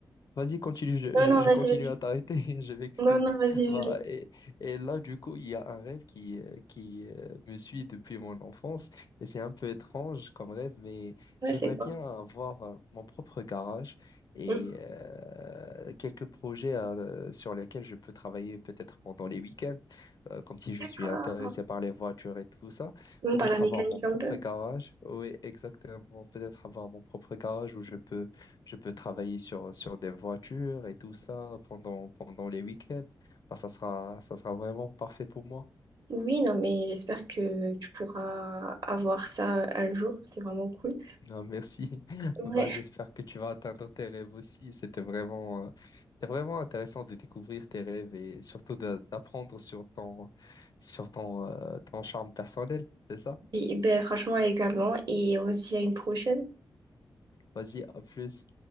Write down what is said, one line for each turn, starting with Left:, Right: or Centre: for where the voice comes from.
Left: Vas-y, continue, je,
Right: non,
Left: je- je
Right: vas-y,
Left: continue
Right: vas-y.
Left: à t'arrêter, <laughs> je m'excuse.
Right: Non, non, vas-y, vas-y.
Left: Bah, et, et là, du coup, il y a un rêve qui, euh, qui euh, me suit depuis mon enfance, et c'est un peu étrange comme rêve, mais
Right: Ouais,
Left: j'aimerais
Right: c'est quoi?
Left: bien avoir euh, mon propre garage et
Right: Mm.
Left: euh, quelques projets euh, sur lesquels je peux travailler peut-être pendant les week-ends, euh, comme si je
Right: D'accord.
Left: suis intéressé par les voitures et tout ça.
Right: On
Left: Peut-être
Right: parle à la mécanique
Left: avoir mon propre
Right: un peu.
Left: garage, oui, exactement, peut-être avoir mon propre garage où je peux je peux travailler sur, sur des voitures et tout ça pendant, pendant les week-ends. Bah, ça sera, ça sera vraiment parfait pour moi.
Right: Oui, non, mais j'espère que tu pourras avoir ça un jour. C'est vraiment cool.
Left: Ah, merci. <laughs>
Right: Ouais.
Left: Bah, j'espère que tu vas atteindre tes rêves aussi. C'était vraiment, euh, c'était vraiment intéressant de découvrir tes rêves et surtout de- d'apprendre sur ton, sur ton, euh, ton charme personnel. C'est ça?
Right: Et, ben, franchement, également. Et on se dit à une prochaine.
Left: Vas-y, à plus.